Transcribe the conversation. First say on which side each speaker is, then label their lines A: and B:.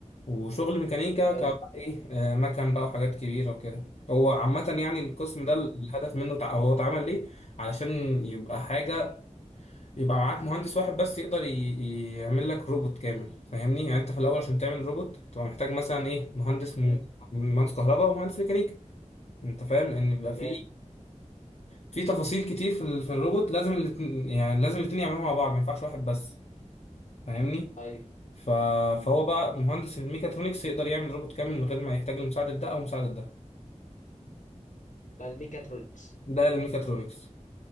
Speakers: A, on the left; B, on the left.
A: وشغل ميكانيكا
B: حلو
A: ك ايه آه مكن بقى وحاجات كبيره وكده هو عامه يعني القسم
B: جميل
A: ده الهدف منه تع- هو اتعمل ليه علشان يبقى حاجه يبقى معاك مهندس واحد بس يقدر ي- يعمل لك روبوت كامل فاهمني يعني انت في الاول عشان تعمل روبوت تبقى محتاج مثلا ايه مهندس
B: مم.
A: من من مهندس كهرباء ومهندس ميكانيكا انت فاهم ان بيبقى
B: تمام
A: في في تفاصيل كتير في ال- في الروبوت لازم الاتنين يعني لازم الاتنين يعملوها مع بعض ما ينفعش واحد بس فاهمني
B: أيوه
A: ف... فهو بقى مهندس الميكاترونكس يقدر يعمل روبوت كامل من غير ما يحتاج لمساعدة ده او مساعدة ده
B: ده الميكاترونكس
A: ده الميكاترونكس